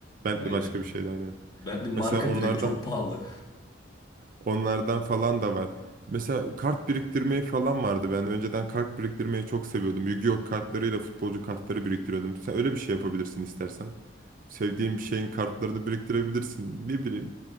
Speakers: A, on the right; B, on the left.
A: Bentley
B: Aynen.
A: başka bir şeydi aynen.
B: Bentley marka
A: Mesela onlardan
B: direkt çok pahalı.
A: onlardan falan da var. Mesela kart biriktirmeyi falan vardı ben. Önceden kart biriktirmeyi çok seviyordum. Yu-Gi-Oh kartlarıyla futbolcu kartları biriktiriyordum. Sen öyle bir şey yapabilirsin istersen. Sevdiğin bir şeyin kartlarını biriktirebilirsin. Ne bileyim.